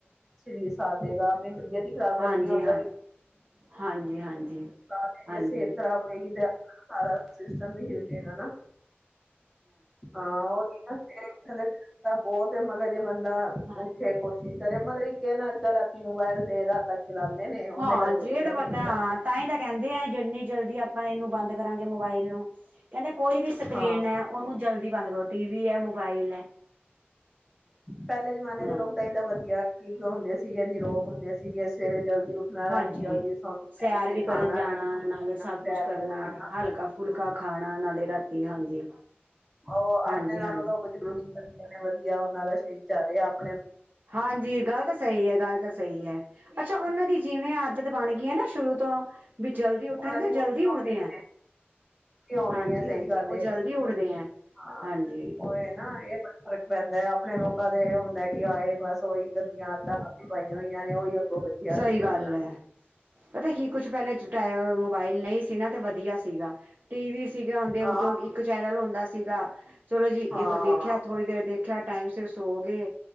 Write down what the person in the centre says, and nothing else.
ਸਰੀਰ ਸਾਥ ਦੇਗਾ। ਆਪਣੀ ਤਬੀਅਤ ਹੀ ਖ਼ਰਾਬ
ਕਰਨੀ ਆ ਉਹਦਾ
ਵੀ।
ਨਾਲੇ ਜੇ
ਸਿਹਤ ਖਰਾਬ ਹੋਏਗੀ ਤੇ। ਸਾਰਾ ਸਿਸਟਮ ਹਿੱਲ ਜੇ ਗਾ ਨਾ। ਹਾਂ ਉਹੀ ਨਾ ਸਵੇਰੇ ਉੱਠਣ ਦਾ ਤਰੀਕਾ ਬਹੁਤ ਹੈ ਮਗਰ ਜੇ ਬੰਦਾ
ਉੱਠੇ ਕੋਈ। ਕੀ ਕਰੇ ਪਰ ਇੱਕ ਹੈ ਨਾ ਨਾਲੇ ਰਾਤੀ ਮੋਬਾਇਲ ਦੇਰ ਰਾਤ ਤੱਕ। ਚਲਾਉਂਦੇ ਨੇ ਉਹਦੇ
ਕਰਕੇ ਉੱਠਿਆ
ਨੀ
ਜਾਂਦਾ
ਹਾਂ
ਪਹਿਲੇ ਜਮਾਨੇ
ਦੇ ਲੋਕ ਤਾਂ ਏਦਾਂ ਵਧੀਆ ਠੀਕ ਹੁੰਦੇ ਸੀਗੇ ਨਿਰੋਗ ਹੁੰਦੇ ਸੀਗੇ ਸਵੇਰੇ ਜਲਦੀ ਉੱਠਣਾ ਰਾਤੀ
ਜਲਦੀ ਸੋਣਾ
ਫਿਰ
ਖਾਣਾ
ਪੈਰ
ਕਰ ਜਾਣਾ
ਉਹ
ਆਪਣੇ ਨਾਲੋਂ
ਤਾਂ ਬਜ਼ੁਰਗ ਹੀ ਵਧਆ ਨੇ ਵਧੀਆ ਉਹਨਾਂ ਦਾ ਜਾ ਰਿਹਾ ਆਪ
ਉਹਨਾਂ
ਹੁਣ
ਵੀ
ਆਉਂਦੀ ਹੈ
ਉਵੇਂ
ਹੀ ਹੈ ਸਹੀ
ਗੱਲ
ਏ
ਹਾਂ
ਉਹਏ ਨਾ ਇਹ ਬੜਾ ਫਰਕ ਪੈਂਦਾ ਆ ਆਪ ਆਪਣੇ ਲੋਕਾਂ ਦੇ ਹੁੰਦਾ ਏ ਬਸ ਉਹੀ ਗੰਦੀਆਂ ਆ ਹੱਥ ਪਾਈਆਂ ਹੋਈਆਂ ਨੇ ਉਹੀ ਅੱਗੋਂ ਬੱਚਿਆਂ
ਨੂੰ ਨੇ
ਹੁਣ
ਹਾਂ
ਹਾਂ